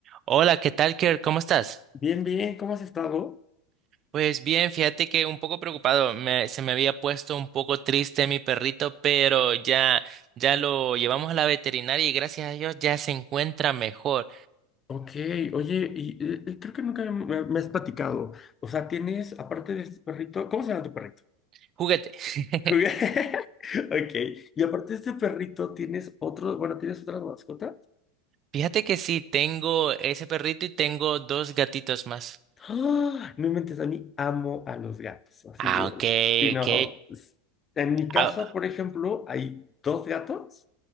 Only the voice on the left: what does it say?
Bien, bien, ¿cómo has estado?
Ok, oye, y eh, eh, creo que nunca me, me- me has platicado. O sea, tienes, aparte de este perrito, ¿cómo se llama tu perrito?
<laughs> Ok, y aparte de este perrito, tienes otro, bueno, tienes otra mascota.
¡Ah! No inventes, a mí amo a los gatos, así,
o-
sí, no.
s- En mi casa,
por ejemplo, hay dos gatos